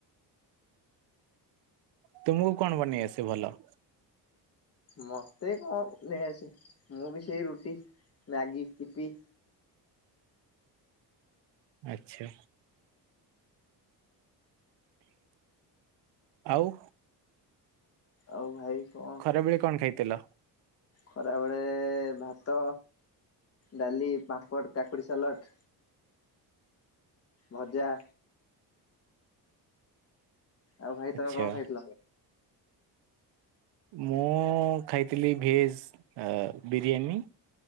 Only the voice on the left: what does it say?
ମତେ କଣ ନେଇ ଆସେ ମୁଁ ବି ସେଇ ରୁଟି, ମ୍ୟାଗି, ଇପି।
ଆଉ ଭାଇ। କଣ
ଖରାବେଳେ ଭାତ, ଡାଲି ପାମ୍ପଡ଼ କାକୁଡ଼ି ସାଲଟ୍, ଭଜା। ଆଉ ଭାଇ
ତମେ କଣ ଖାଇଥିଲ?